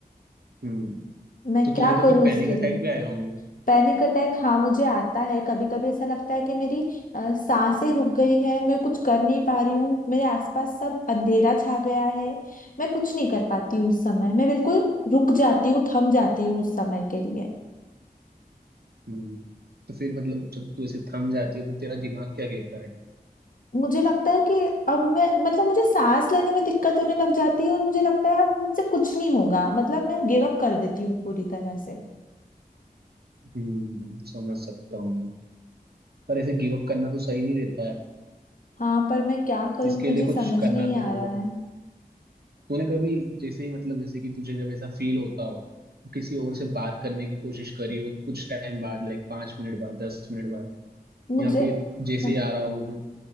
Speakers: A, on the right; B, on the left.
A: हम्म
B: मैं
A: तो तुझे
B: क्या
A: तो
B: करूँ
A: फिर पैनिक
B: इसके
A: अटैक
B: लिए
A: भी आए होंगे
B: पैनिक अटैक हाँ मुझे आता है कभी कभी ऐसा लगता है कि मेरी अ, सांसें रुक गई है मैं कुछ कर नहीं पा रही हूँ मेरे आसपास सब अंधेरा छा गया है मैं कुछ नहीं कर पाती हूँ उस समय मैं बिल्कुल रुक जाती हूँ थम जाती हूँ उस समय के लिए
A: हम्म तो फिर मतलब जब तू ऐसे थम जाती है तो तेरा दिमाग क्या कहता है
B: मुझे लगता है कि अब मैं मतलब मुझे सांस लेने में दिक्कत होने लग जाती है और मुझे लगता है अब मुझसे कुछ नहीं होगा मतलब मैं गिव अप कर देती हूँ पूरी तरह से
A: हम्म समझ सकता हूँ मैं। पर ऐसे गिव अप करना तो सही नहीं रहता है
B: हाँ पर मैं क्या करूँ
A: इसके
B: मुझे
A: लिए कुछ
B: समझ
A: करना
B: नहीं
A: तो
B: आ
A: होगा
B: रहा है
A: तूने कभी जैसे ही मतलब जैसे कि तुझे जब ऐसा फील होता हो किसी और से बात करने की कोशिश करी हो कुछ टाइम बाद लाइक पांच मिनट बाद दस मिनट बाद
B: मुझे
A: या फिर जैसे
B: हाँ।
A: ही आ रहा हो